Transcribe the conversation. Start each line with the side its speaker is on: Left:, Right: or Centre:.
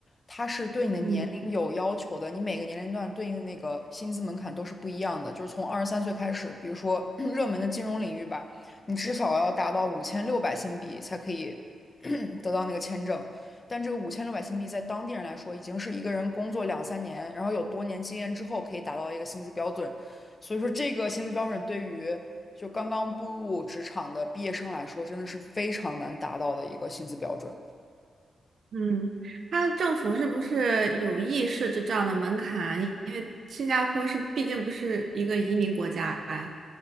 Left: 它是对你的年龄有要求的。
Right: 嗯
Left: 你每个年龄段对应的那个薪资门槛都是不一样的，就是从二十三岁开始，比如说 <clears throat> 热门的金融领域吧，你至少要达到五千六百新币才可以 <clears throat> 得到那个签证。但这个五千六百新币在当地人来说，已经是一个人工作两三年，然后有多年经验之后可以达到一个薪资标准。所以说，这个薪资标准对于就刚刚步入职场的毕业生来说，真的是非常难达到的一个薪资标准。
Right: 嗯，他政府是不是有意设置这样的门槛？因因为新加坡是毕竟不是一个移民国家呀。